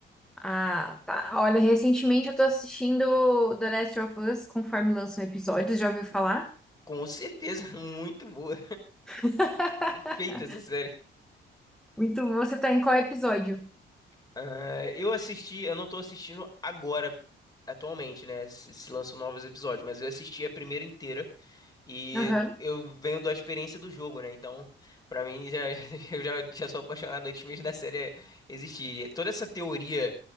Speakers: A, in the centre; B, on the left.
A: Ah, tá. Olha, recentemente eu tô assistindo The Last of Us, conforme lançam episódios, já ouviu falar?
B: Com certeza, <laughs> muito boa.
A: <laughs>
B: Feita essa série.
A: Muito bom. Você tá em qual episódio?
B: Ah, eu assisti, eu não tô assistindo agora, atualmente, né? Se, se lançam novos episódios, mas eu assisti a primeira inteira. E
A: Aham.
B: eu venho da experiência do jogo, né? Então, pra mim, já, <laughs> eu já, já sou apaixonado antes mesmo da série existir. E toda essa teoria